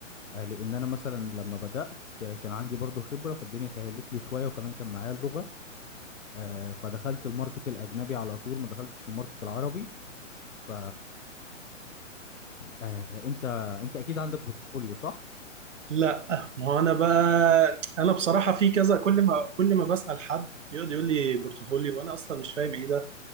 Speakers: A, on the left (about 85°); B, on the right (about 70°).
A: آه لان انا مثلا لما بدات آه، كان عندي برضو خبره فالدنيا سهلت لي شويه وكمان كان معايا اللغه آه فدخلت الماركت الاجنبي على طول ما دخلتش الماركت العربي ف آه، انت انت اكيد عندك بورتفوليو صح
B: لا ما هو انا بقى انا بصراحه في كذا كل ما كل ما بسال حد يقعد يقول لي بورتفوليو وانا اصلا مش فاهم ايه ده